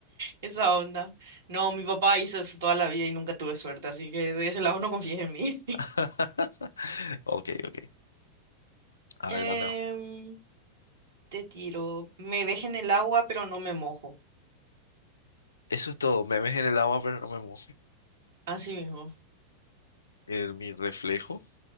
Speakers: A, on the right; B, on the left.
A: Esa onda. No, mi papá hizo eso toda la vida y nunca tuve suerte, así que de ese lado no confíes en mí.
B: <laughs> Ok, ok. A
A: Em,
B: ver, dame.
A: te tiro. Me deje en el agua, pero no me mojo.
B: Eso es todo. Me ves en el agua, pero no me mojo.
A: Así mismo.
B: En mi reflejo.